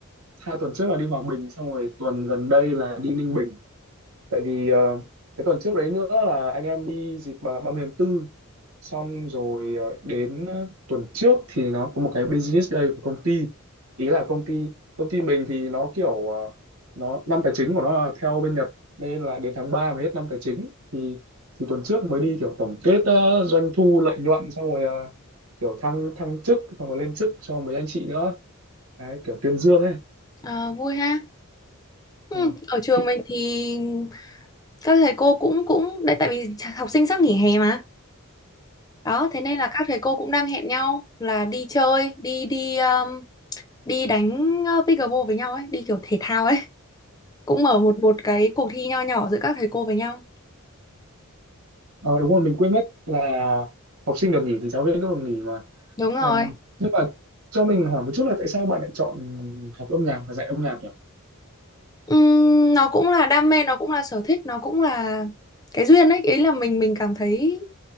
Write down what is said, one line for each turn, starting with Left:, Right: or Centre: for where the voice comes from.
Right: hai tuần trước là đi Hòa Bình, xong rồi tuần gần đây là đi Ninh Bình. tại vì ờ, cái tuần trước đấy nữa là anh em đi dịp ba mươi tháng tư xong rồi ờ, đến ờ, tuần trước thì nó có một cái business day của công ty ý là công ty công ty mình thì nó kiểu ờ, nó năm tài chính của nó là theo bên Nhật nên là đến tháng 3 mới hết năm tài chính thì thì tuần trước mới đi kiểu tổng kết ờ, doanh thu lợi nhuận xong rồi ờ, kiểu thăng thăng chức xong rồi lên chức cho mấy anh chị nữa đấy, kiểu tuyên dương ấy
Left: À, vui ha. Ừ,
Right: Ờ.
Left: ở trường
Right: Thì-
Left: mình thì các thầy cô cũng cũng đấy tại vì học sinh sắp nghỉ hè mà đó thế nên là các thầy cô cũng đang hẹn nhau là đi chơi đi đi um, đi đánh uh, pickleball với nhau ấy đi kiểu thể thao ấy cũng mở một một cái cuộc thi nho nhỏ giữa các thầy cô với nhau
Right: Ờ, đúng rồi mình quên mất là học sinh được nghỉ thì giáo viên cũng được nghỉ mà
Left: đúng rồi
Right: Ừm, nhưng mà cho mình hỏi một chút là tại sao bạn lại chọn học âm nhạc và dạy âm nhạc nhỉ?
Left: Ừm, nó cũng là đam mê nó cũng là sở thích nó cũng là cái duyên ấy ý là mình mình cảm thấy